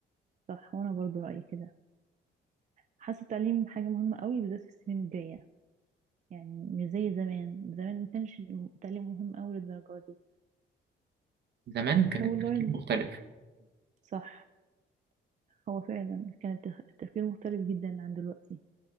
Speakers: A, on the right; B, on the right.
A: صح وأنا برضو رأيي كده حاسة التعليم حاجة مهمة قوي بالذات في السنين الجاية يعني مش زي زمان زمان ما كانش التعليم مهم أوي للدرجة دي
B: زمان كان
A: هو
B: التفكير
A: والله الم-
B: مختلف
A: صح هو فعلا كان التخ- التفكير مختلف جدا عن دلوقتي